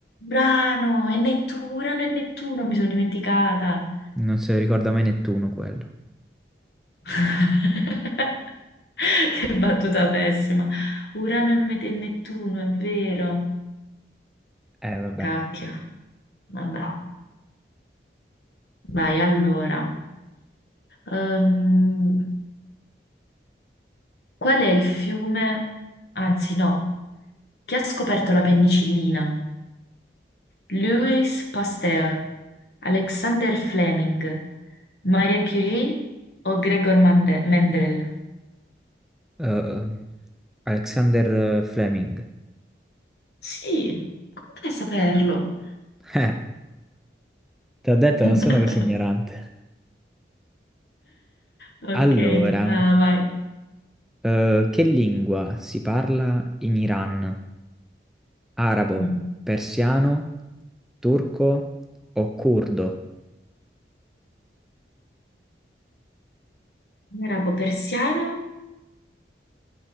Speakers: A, on the left; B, in the centre.
A: Urano, è Nettuno, Urano e Nettuno, mi sono dimenticata.
B: Non si ricorda mai Nettuno quello.
A: <laughs> Che battuta pessima. Urano e Met- e Nettuno, è vero.
B: Eh, vabbè.
A: Cacchio. Vabbè. Vai, allora. Ehm, qual è il fiume, anzi no, chi ha scoperto la penicillina? Louis Pasteur, Alexander Fleming, Maria Curie o Gregor Mande- Mendel?
B: Ehm, Alexander Fleming. <laughs>
A: Sì, come fai a saperlo?
B: Eh, ti ho detto,
A: <laughs>
B: non sono così ignorante.
A: Ok,
B: Allora,
A: ah, vai.
B: eh, che lingua si parla in Iran? Arabo,
A: Mm.
B: persiano, turco o curdo?
A: Arabo persiano?